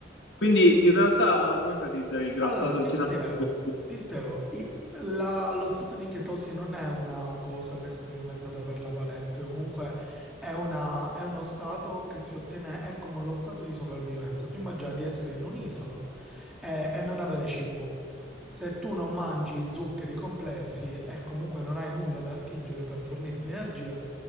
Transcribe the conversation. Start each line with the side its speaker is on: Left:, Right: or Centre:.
Left: Quindi in realtà come fai a utilizzare il grasso,
Centre: Allora,
Left: dato
Centre: ti
Left: che ci
Centre: spiego,
Left: sono... questi zuccheri?
Centre: ti spiego. I- la- lo stato di chetosi non è una cosa che è stata inventata per la palestra, comunque è, una- è uno stato che si ottiene, è come lo stato di sopravvivenza. Tu immagini di essere in un'isola, è, è non avere cibo. Se tu non mangi zuccheri complessi e comunque non hai nulla da attingere per fornirti energia,